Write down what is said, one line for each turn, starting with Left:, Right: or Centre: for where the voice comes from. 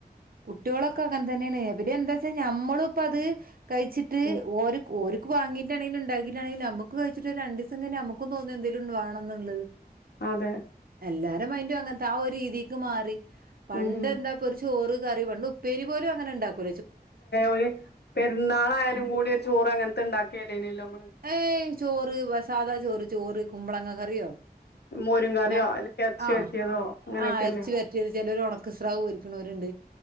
Right: കു കുട്ടികളൊക്കെ അങ്ങനെ തന്നെയാണ് എവിടെ എന്താ വെച്ചാൽ നമ്മള ഇപ്പ അത് കഴിച്ചിട്ട്
Left: ഉം
Right: ന വാങ്ങീട്ടാണെങ്കില ഉണ്ടിയിട്ടാെങ്ക നമക്ക് കഴിച്ചിട്ട് രണ്ട ദിവസം കി നമുും തോന്ന എെങ്കിലും വണണംന്നുള്ളത്
Left: അതെ
Right: എല്ലാരും അയി അങ്ങനത്തെ ആ രീതിക്ക് മാറി പണ്ട്
Left: ഉം ഉം
Right: എന്താ ഒരു ചോറ് കറിവുണ്ട് ഉപ്പേരി പോലും അങ്ങനെ ഉണ്ടാക്കും
Left: ഒരു പെരുന്നാളായാലും കൂടി ഒരു ചോറ് അങ്ങനത്തെ ഇണ്ടാക്കിയല്ലേ ഇനല്ല നമ്മള്
Right: ഏയ് ചോറ് സാധാ ചോറ് ചോറ് കുമ്പളങ്ങ കറിയോ
Left: മോരും കറിയോ
Right: ഞാ
Left: അല്ലെങ്കിൽ ഇറച്ചി
Right: ആഹ്
Left: വരട്ടിയതോ അങ്ങനെയൊക്കെല്ലേ
Right: ആഹ അരച്ചു പറ്റിയത് ചിലർ ഉണക്ക സ്രാവ് പരിക്കുന്നവരുണ്ട്